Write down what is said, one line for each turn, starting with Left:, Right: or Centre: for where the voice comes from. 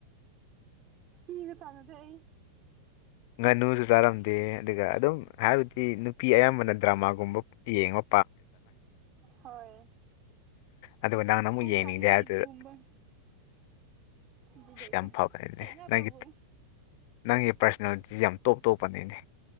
Right: ꯃꯤꯒꯥ ꯆꯥꯅꯗꯦ ꯑꯩ
Left: ꯉꯥꯅꯨꯁꯨ ꯆꯥꯔꯝꯗꯦ ꯑꯗꯨꯒ ꯑꯗꯨꯝ ꯍꯥꯏꯕꯗꯤ ꯅꯨꯄꯤ ꯑꯌꯥꯝꯕꯅ ꯗ꯭ꯔꯃꯥꯒꯨꯝꯕ ꯌꯦꯡꯉ
Right: ꯍꯣꯏ
Left: ꯑꯗꯨꯒ ꯅꯪꯅ ꯑꯃꯨꯛ
Right: ꯊꯥꯎ
Left: ꯌꯦꯡꯅꯤꯡꯗꯦ
Right: ꯁꯥꯗꯦꯗ
Left: ꯍꯥꯏꯕꯗꯨꯗ
Right: ꯑꯩ ꯑꯗꯨꯒꯨꯝꯕ ꯕꯤꯠ
Left: ꯑꯁ
Right: ꯂꯩꯇꯦ
Left: ꯌꯥꯝ ꯐꯕꯅꯤꯅꯦ
Right: ꯐꯦꯡ ꯉꯥꯛꯇꯕꯨ
Left: ꯅꯪꯒꯤ ꯅꯪꯒꯤ ꯄꯥꯔꯁꯅꯦꯜꯂꯤꯇꯤꯁꯤ ꯌꯥꯝ ꯇꯣꯞ ꯇꯣꯞꯄꯅꯤꯅꯦ